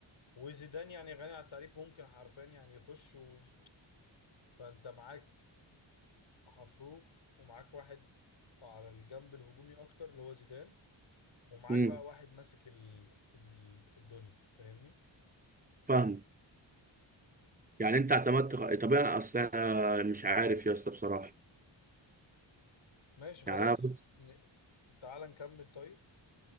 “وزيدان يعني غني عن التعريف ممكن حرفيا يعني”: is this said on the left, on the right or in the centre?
Left